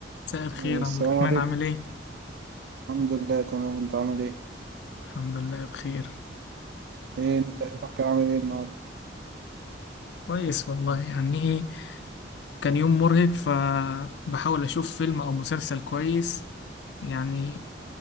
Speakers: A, on the left; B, on the right.
A: مساء الخير
B: السلام
A: عبد الرحمن
B: عليكم
A: عامل ايه؟
B: الحمد لله تمام انت عامل ايه
A: الحمد لله بخير
B: ايه انت يومك عامل ايه النهارده
A: كويس والله يعني ايه كان يوم مرهق فبحاول اشوف فيلم او مسلسل كويس يعني